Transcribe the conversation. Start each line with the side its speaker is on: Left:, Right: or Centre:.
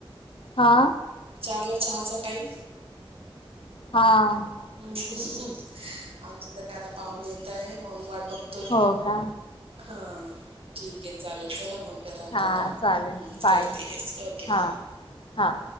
Left: हा
Right: चार ला चहाचा टाइम.
Left: हा
Right: आमचं तर काय आता पाहुलं येताय. म्हणून वाट बघतोय.
Left: हो का
Right: हा ठीक आहे चालेल. चला मग. करा आता
Left: हा
Right: आराम
Left: चालेल
Right: हम्म,
Left: बाय.
Right: करते येस ओके
Left: हा
Right: बाय
Left: हा.